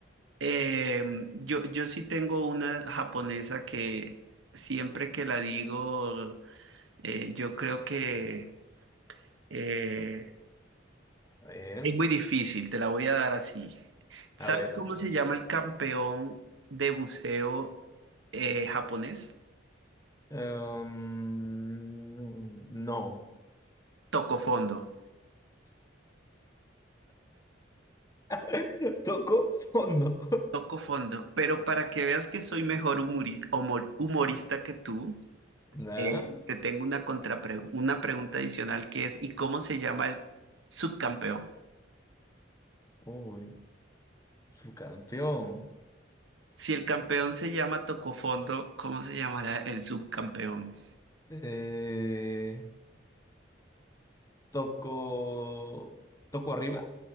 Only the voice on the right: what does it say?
Eh, yo, yo sí tengo una japonesa que siempre que la digo, eh, yo creo que eh,
es muy difícil, te la voy a dar así. ¿Sabes
cómo
se llama el campeón de buceo eh, japonés?
Toco fondo.
Toco fondo. Pero para que veas que soy mejor humori- humor- humorista que tú.
Eh, te tengo una contrapre- una pregunta adicional que es, ¿y cómo se llama el subcampeón?
Si el campeón se llama Tocofondo, ¿cómo se llamará el subcampeón?